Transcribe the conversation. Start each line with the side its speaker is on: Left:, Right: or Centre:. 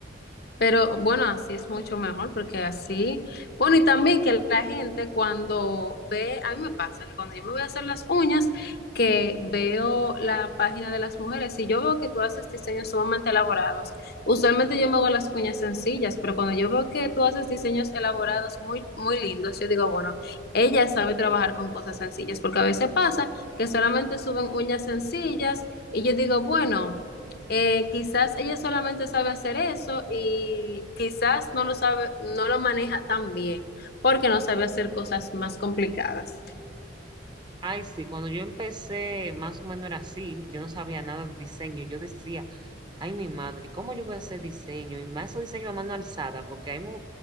Left: Pero bueno, así es mucho mejor porque así, bueno, y también que la gente cuando ve, a mí me pasa que cuando yo me voy a hacer las uñas, que veo la página de las mujeres y yo veo que tú haces diseños sumamente elaborados. Usualmente yo me hago las uñas sencillas, pero cuando yo veo que tú haces diseños elaborados muy, muy lindos, yo digo, bueno, ella sabe trabajar con cosas sencillas, porque a veces pasa que solamente suben uñas sencillas y yo digo, bueno. Eh, quizás ella solamente sabe hacer eso y quizás no lo sabe, no lo maneja tan bien porque no sabe hacer cosas más complicadas.
Right: Ay, sí, cuando yo empecé, más o menos era así, yo no sabía nada de diseño, yo decía, ay, mi madre, ¿cómo yo voy a hacer diseño? Y más esos diseños a mano alzada, porque hay, mu-